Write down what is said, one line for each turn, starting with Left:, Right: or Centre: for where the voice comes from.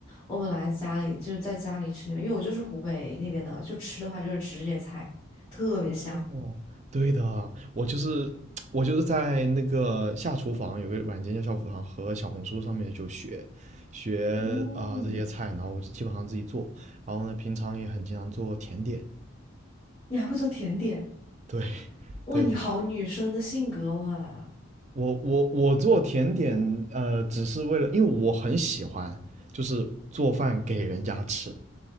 Left: 我本来家里就是在家里吃那边，因为我就是湖北那边的，就吃的话就是吃这些菜，特别香。
Right: 哦，对的，我就是我就是在那个下厨房有个软件叫下厨房和小红书上面就学学啊、
Left: 嗯，
Right: 这些菜，然后我就基本上自己做，然后呢平常也很经常做甜点。
Left: 你还会做甜点，
Right: 对 <laughs>
Left: 哇，
Right: 对的，
Left: 你好女生的性格哇，
Right: 我我我做甜点，呃，只是为了，因为我很喜欢，就是做饭给人家吃，